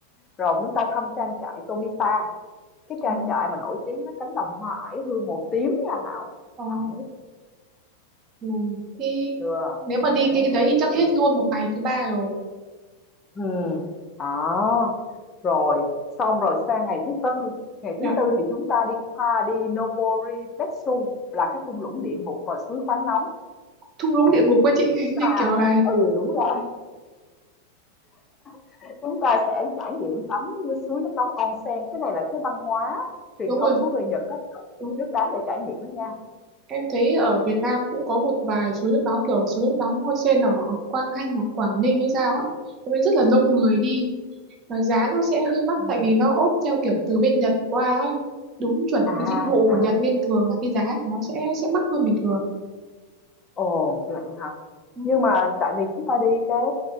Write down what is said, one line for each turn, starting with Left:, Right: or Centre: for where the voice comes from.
Left: rồi chúng ta thăm trang trại Tomita cái trang
Right: Ờ,
Left: trại mà nổi tiếng với cánh đồng hoa oải hương màu tím nha Thảo
Right: ờ,
Left: ấy
Right: ừ. Thế
Left: chưa
Right: nếu mà
Left: nghe
Right: đi
Left: này
Right: cái, cái
Left: hấp
Right: đấy thì
Left: dẫn
Right: chắc hết
Left: chưa?
Right: luôn một ngày thứ ba rồi.
Left: ừ đó rồi xong rồi sang ngày thứ tư ngày
Right: Dạ,
Left: thứ tư thì chúng ta đi pha đi Nobori Petsu, là cái thung lũng địa ngục và suối khoáng nóng
Right: Thung lũng
Left: à
Right: địa ngục quá chị, <laughs>
Left: chúng
Right: như
Left: ta,
Right: kiểu là,
Left: ừ đúng rồi <laughs> chúng ta sẽ trải nghiệm tắm suối nước nóng onsen cái này là cái văn hóa truyền
Right: đúng
Left: thống
Right: rồi,
Left: của người Nhật á
Right: đúng
Left: rất đáng để trải nghiệm đó nha
Right: Em thấy ở Việt Nam cũng có một vài suối nước nóng kiểu suối nước nóng Hôn Sen ở ở Quang Hanh hoặc Quảng Ninh hay sao á. Thế nên rất là đông người đi và giá nó sẽ hơi mắc tại
Left: Ừ.
Right: vì nó ốp theo kiểu từ bên Nhật qua ấy. Đúng chuẩn
Left: à
Right: cái dịch vụ của
Left: à
Right: Nhật nên thường là cái giá của nó sẽ sẽ mắc hơn bình thường.
Left: Ồ, vậy hả?
Right: Ừ.
Left: Nhưng mà tại vì chúng ta đi cái